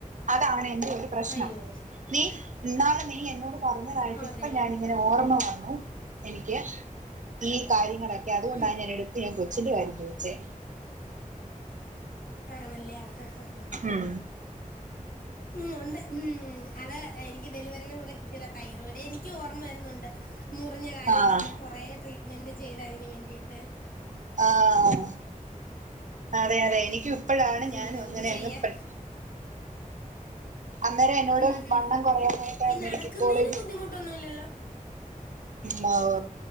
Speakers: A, on the right; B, on the left.
A: അതാണ് എന്റെ ഒരു പ്രശ്നം
B: അയ്യോ
A: നീ ഇന്നാള് നീ എന്നോട് പറഞ്ഞതായിട്ട്
B: അതെയോ
A: ഇപ്പ ഞാാനിങ്ങനെ
B: ആ,
A: ഓർമ്മ വന്നു എനിക്ക് ഈ കാര്യങ്ങളൊക്കെ അതുകൊണ്ടാ
B: ഉം
A: ഞാൻ എടുത്ത് ഞാൻ കൊച്ചിൻ്റെ കാര്യം ചോയ്ച്ചേ
B: ആണല്ലേ ആഹ് ആഹ് ആഹ്
A: ഉം
B: ഉം ഉണ്ട് ഹും അത് എനിക്ക് ഡെലിവറി കൂടെ കിട്ടിയതാ തൈറോയിഡ് എനിക്കും ഓർമ്മ വരുന്നുണ്ട് മുറിഞ്ഞ കാര്യം
A: ആഹ്
B: പറഞ്ഞ് കൊറേ ട്രീറ്റ്മെന്റ് ചെയ്തതിന് വേണ്ടിട്ട്
A: ആഹ് അതെ അതെ എനിക്കും ഇപ്പോഴാണ് ഞാനും
B: ഉം എന്ത്
A: അങ്ങനെ
B: ചെയ്യാൻ
A: അങ് പെട്ട് അന്നേരം എന്നോട്
B: ഉം ഉം
A: വണ്ണം
B: ഉം
A: കുറയാനായിട്ട്
B: ഉം ഈ നടക്കുന്നതിന്
A: മെഡിക്കൽ കോളേജ്
B: ബുദ്ധിമുട്ടൊന്നുല്ലല്ലോ
A: മാ വ